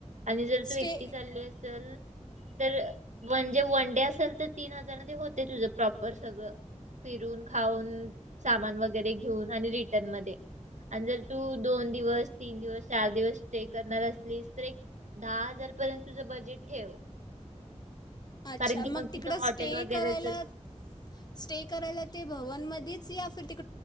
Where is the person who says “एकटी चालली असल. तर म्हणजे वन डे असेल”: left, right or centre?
Right